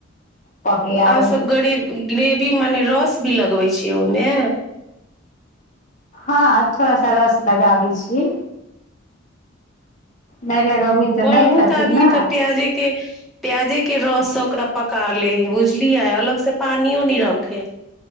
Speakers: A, on the left (about 35°); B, in the centre.
A: पके आर
B: अहसभ
A: मे
B: गे ग्रेवी मने रस भी लगबै छियै ओहिमे
A: हँ थोड़ा सा रस लगाबै छियै नहि लगबी
B: ओ
A: तऽ
B: बहुत
A: नहि खथिन
B: आदमी
A: ने
B: तऽ प्याजे के प्याजे के रस से ओकरा पका ले हे बुझलियै अलग से पानियो न रख प खी